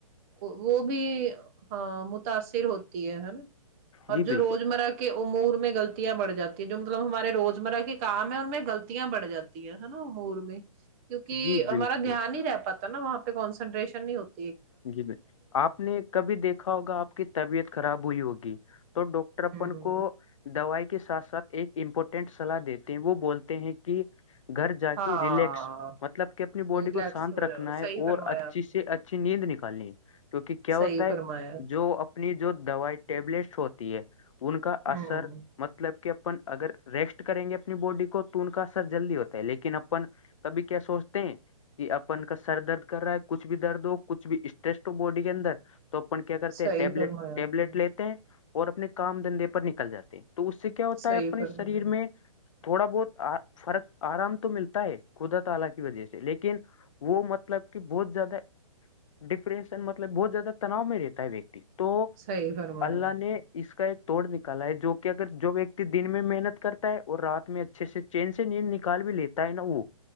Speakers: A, on the right; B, on the left.
A: وہ بھی ہاں متاثر ہوتی ہے ہے نا اور
B: جی بالکل
A: جو روز مرہ کے امور میں غلطیاں بڑھ جاتی ہے جو مطلب ہمارے روزمرہ کے کام ہے ان میں غلطیاں بڑھ جا تی ہے نا امور میں کیونکی
B: جی بالکل
A: ہمارا دھیان نہیں رہ پاتا ہے نا وہاں پہ کانسنٹریشن نہیں ہوتا
B: جی بھائی آپ نے کبھی دی کھا ہوگا آپ کی طبیعت خراب ہوئی ہوگی تو ڈاکٹر اپن
A: ہوں
B: کو دوائی کے ساتھ ساتھ ایک امپورٹنٹ صلاح دیتے ہیں وہ بولتے ہیں کہ گھر جا
A: ہاں
B: کے ریلیکس مطلب کہ اپنی باڈی
A: ریلیکس
B: کو شانت
A: ہو
B: رکھنا
A: جاؤ
B: ہے
A: صحیح فرمایا
B: اور اچھی
A: آپ
B: سے
A: نے
B: اچ ھی نیند نکالنی ہے کیونکہ کیا ہوتا
A: صحیح
B: ہے
A: فرمایا
B: جو اپ نی جو دوائی ٹیبلیٹس ہوتی ہے ان کا
A: ہوں
B: اثر مطلب کہ اپن اگر ریسٹ کریں گے اپنی باڈی کو تو ان کا اثر جلدی ہوتا ہے لیکن اپن کبھی کیا سوچتے ہیں کہ اپن کا سر درد کر رہا ہے کچھ بھی درد ہو کچھ بھی اسٹریسٹ ہو باڈی کے اندر تو اپن کیا کرتے
A: صحیح
B: ہیں ٹیبلیٹ
A: فرمایا
B: ٹیبلیٹ
A: آپ نے
B: لی تے اور اپنے کام دھندے پر نکل جاتے ہیں تو اس سے کیا ہوتا
A: صحیح
B: ہے اپنے
A: فرمایا
B: شریر میں تھوڑا بہت ا فرق آرام تو ملتا ہے خدا تعالی کی وجہ سے لیکن وہ مطلب کہ بہت زیادہ ڈپرینشن مطلب بہت زیادہ تناؤ میں رہتا ہے ویکتی تو
A: صحیح فرمایا
B: اللہ
A: آپ
B: نے اس کا ایک توڑ نکالا ہے جو کہ اگر جو ویکتی دن میں محنت کرتا ہے اور رات میں اچھے سے چین سے نیند نکال بھی لیتا ہے نا وہ